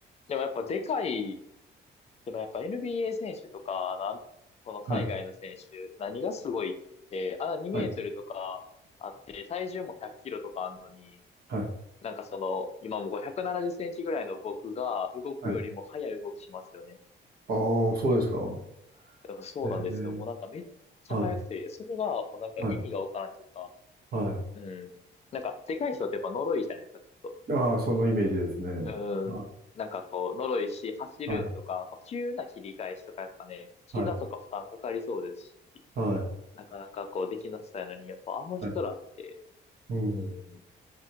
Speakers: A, on the left; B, on the right.
A: でもやっぱでかい、でもやっぱ NBA 選手とか、あの、あこの海外の選手、
B: はい、
A: 何がすごいって、あの2メートルとかあって、
B: はい、
A: 体重も100キロとかあんのに、
B: はい、
A: なんかその、今も570センチぐらいの僕が動くよりも速い動きしますよね。
B: はい。ああ、そうですか。
A: だからそうなんですよ。
B: ええ
A: もうなんかめっちゃ速くて、
B: は
A: それがもうなんか意味がわからんっていうか、
B: い、はい、は
A: うん。なんか、でかい人ってやっぱ呪いじゃないですか、ちょっ
B: い。ああ、そのイメージですね。
A: と。
B: は
A: うん。なんかこう、呪いし、走るんとか、
B: い、は
A: こう急な切り返しとかやっぱね、膝とか負担かかりそうですし、
B: い、はい、はい。
A: なかなかこうできなさそうやのに、やっぱあの人らって、
B: はいうん、
A: うん、